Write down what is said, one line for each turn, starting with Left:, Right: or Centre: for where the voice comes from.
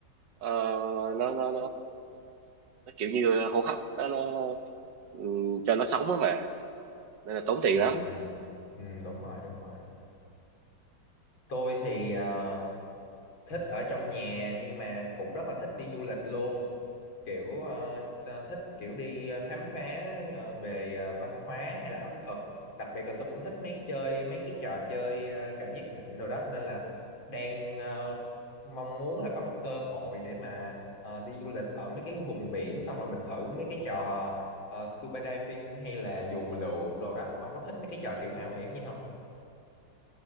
Right: ờ, nó, nó nó nó kiểu như hô hấp nó, nó ừm, cho nó sống á mà nên là tốn tiền
Left: ừ,
Right: lắm
Left: ừ, đúng rồi, đúng rồi. Tôi thì ờ, thích ở trong nhà nhưng mà cũng rất là thích đi du lịch luôn. kiểu ờ, ta thích kiểu đi ờ, khám phá ờ, về ờ, văn hóa hay là ẩm thực đặc biệt là tôi cũng thích mấy chơi mấy cái trò chơi ờ, cảm giác mạnh rồi đó nên là đang ờ, mong muốn là có một cơ hội để mà ờ, đi du lịch ở mấy cái vùng biển xong rồi mình thử mấy cái trò ờ, scuba diving hay là dù lượn đồ đó ông có thích mấy cái trò kiểu mạo hiểm gì không